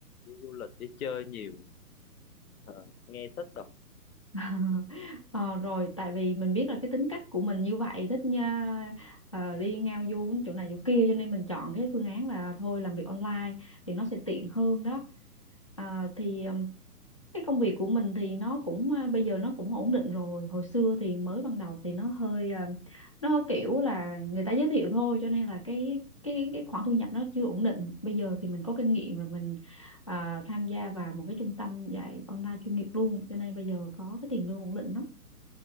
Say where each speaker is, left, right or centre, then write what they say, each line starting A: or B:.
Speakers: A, on the left; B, on the left.
A: đi du lịch đi chơi nhiều à, nghe thích rồi
B: <laughs> Ờ, rồi tại vì mình biết là cái tính cách của mình như vậy thích nha ờ, đi ngao du chỗ này chỗ kia cho nên mình chọn cái phương án là thôi làm việc online thì nó sẽ tiện hơn đó Ờ, thì ờ, cái công việc của mình thì nó cũng à, bây giờ nó cũng ổn định rồi hồi xưa thì mới ban đầu thì nó hơi à, nó kiểu là người ta giới thiệu thôi cho nên là cái cái cái khoản thu nhập nó chưa ổn định bây giờ thì mình có kinh nghiệm rồi mình à, tham gia vào một cái trung tâm dạy online chuyên nghiệp luôn cho nên bây giờ có cái tiền lương ổn định lắm